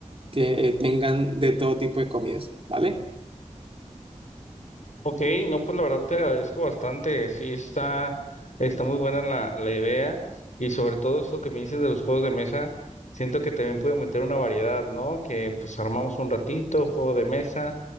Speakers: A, on the right (about 45°); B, on the left (about 75°).
A: que eh, tengan de todo tipo de comidas, ¿vale?
B: Ok, no, pues la verdad te agradezco bastante. Sí, está, está muy buena la, la idea y sobre todo eso que me dices de los juegos de mesa, siento que también puedo meter una variedad, ¿no? Que pues armamos un ratito, juego de mesa.